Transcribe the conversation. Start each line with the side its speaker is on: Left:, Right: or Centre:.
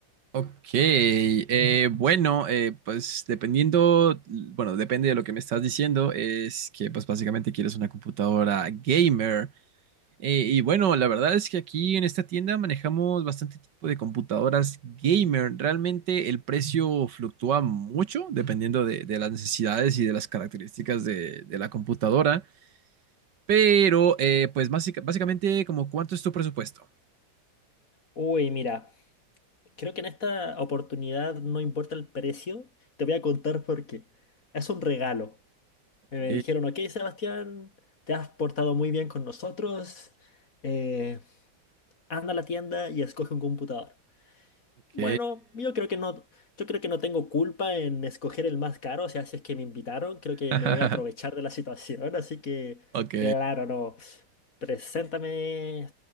Right: Ok, eh, bueno, eh, pues dependiendo, bueno, depende de lo que me estás diciendo, es que pues básicamente quieres una computadora gamer. Eh, y bueno, la verdad es que aquí en esta tienda manejamos bastante tipo de computadoras gamer. Realmente el precio fluctúa mucho dependiendo de, de las necesidades y de las características de, de la computadora. Pero eh, pues básica- básicamente como cuánto es tu presupuesto.
Left: Uy, mira, creo que en esta oportunidad no importa el precio. Te voy a contar por qué. Es un regalo.
Right: Ok,
Left: Me dijeron, ok, Sebastián, te has portado muy bien con nosotros. eh, anda a la tienda y escoge un computador.
Right: ok.
Left: Bueno, yo creo que no, yo creo que no tengo culpa en escoger el más caro, o sea, si es que me invitaron, creo que
Right: <laughs>
Left: me voy a aprovechar de la <laughs> situación, así que,
Right: Ok.
Left: claro, no. Preséntame